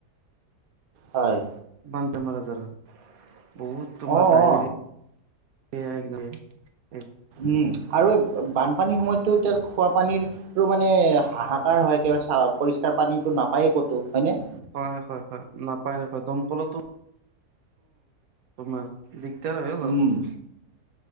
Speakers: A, on the right; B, on the right.
A: হয়
B: মজ বহুত তোমাৰ
A: অ
B: ডায়ে
A: অ উম আৰু এই বানপানীৰ সময়ততো এতিয়া খোৱাাপানীৰো মানে হাহাকাৰ হয়, কৰে পৰিষ্কাৰ পানীটো। নাপায়েই ক'তো হয়নে?
B: হয় হয় হয় নাপায় নাপায় দমকলতো তোমাৰ দিগদাৰ হয় অলপ।
A: উম